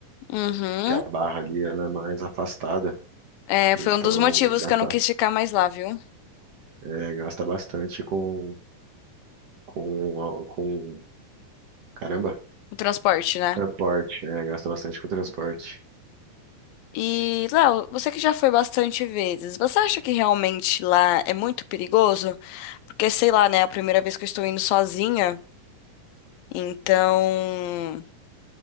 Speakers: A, on the left (about 85°); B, on the right (about 50°).
A: Uhum.
B: porque a barra ali ela é mais afastada.
A: É,
B: Então,
A: foi um dos motivos
B: gasta,
A: que eu não quis ficar mais lá, viu?
B: é, gasta bastante com, com, com, caramba.
A: O transporte, né?
B: Transporte, é, gasta bastante com transporte.
A: E, Léo, você que já foi bastante vezes, você acha que realmente lá é muito perigoso? Porque, sei lá, né? É a primeira vez que eu estou indo sozinha, então.